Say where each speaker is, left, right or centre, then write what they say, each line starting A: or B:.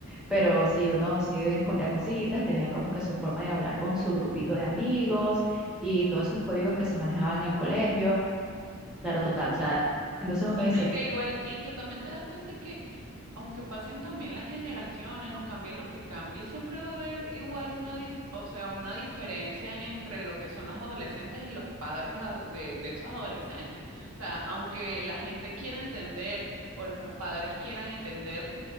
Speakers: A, in the centre; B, on the right.
A: pero sí, uno sí escondía cositas y tenía como que su forma de hablar con su grupito de amigos y todos esos códigos
B: eh.
A: que se manejaban en el colegio, claro, total,
B: Total.
A: o sea,
B: ¿no?
A: entonces uno
B: Y
A: dice...
B: no, y que igual, y que también te das cuenta que aunque pasen también las generaciones o cambie lo que cambie, siempre va a haber igual una, dif- o sea, una diferencia entre lo que son los adolescentes y los padres ado- de, de esos adolescentes. O sea, aunque la gente quiera entender o los padres quieran entender,